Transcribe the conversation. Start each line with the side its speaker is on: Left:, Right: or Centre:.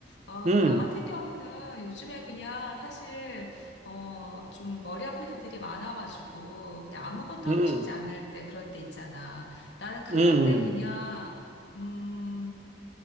Left: 어,
Right: 음,
Left: 나 같은 경우는 요즘에 그냥 사실, 어, 좀 머리 아픈 일들이 많아가지고, 그냥 아무것도
Right: 음,
Left: 하고 싶지 않을 때, 그럴 때 있잖아. 나는 그럴
Right: 음,
Left: 때 그냥, 음,